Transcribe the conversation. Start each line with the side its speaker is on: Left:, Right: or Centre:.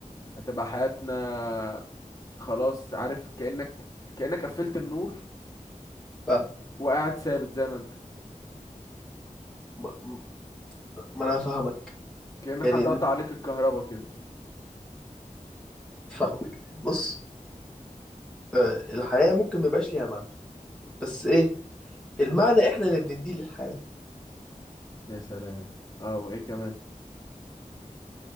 Left: هتبقى حياتنا خلاص عارف كأنك كأنك قفلت النور
Centre: فاهم
Left: وقاعد ثابت زي ما انت
Centre: ما ما- ما انا هفهمك
Left: كأن
Centre: يعني
Left: حد قطع عليك الكهرباء كده
Centre: فاهمك بص آه، الحياة ممكن ما يبقاش ليها معنى بس ايه المعنى احنا اللي بنديه للحياة
Left: يا سلام اه وايه كمان